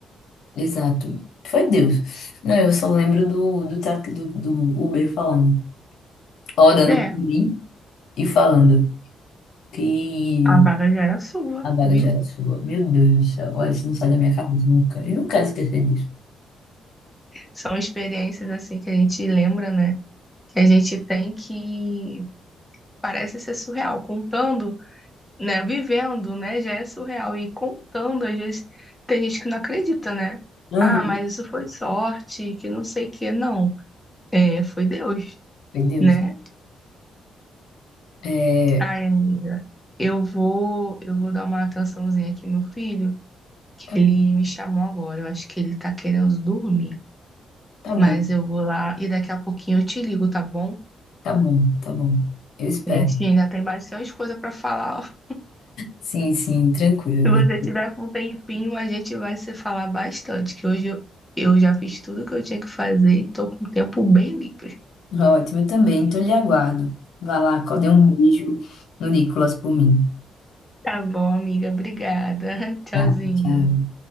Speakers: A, on the left (about 80°); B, in the centre.
A: Exato. Foi Deus. Não, eu só lembro do, do, tra- do, do Uber falando, orando
B: É,
A: por mim e falando que
B: a vaga já era sua,
A: a vaga
B: viu?
A: já era sua. Meu Deus do céu, olha, isso não sai da minha cabeça nunca. Eu não quero esquecer disso.
B: São experiências assim que a gente lembra, né? que a gente tem que parece ser surreal. Contando, né? Vivendo, né? Já é surreal. E contando, às vezes, tem gente que não acredita, né?
A: Uhum.
B: Ah, mas isso foi sorte, que não sei o quê. Não, é, foi Deus,
A: Foi Deus.
B: né?
A: É,
B: Ai, amiga, eu vou, eu vou dar uma atençãozinha aqui, meu filho, que
A: tá,
B: ele me chamou agora. Eu acho que ele tá querendo dormir.
A: tá bom.
B: Mas eu vou lá e daqui a pouquinho eu te ligo, tá bom?
A: Tá bom, tá bom. Eu espero.
B: A gente ainda tem bastante coisa pra falar
A: Sim, sim, tranquilo, né?
B: Se você tiver com um tempinho, a gente vai se falar bastante, que hoje eu, eu já fiz tudo que eu tinha que fazer e tô com o tempo bem livre.
A: Tá Ótimo, eu também. Então, lhe aguardo. Vá lá, dê um beijo no Nicolas por mim.
B: Tá bom, amiga. Obrigada. <laughs> Tchauzinho.
A: Tá, tchau.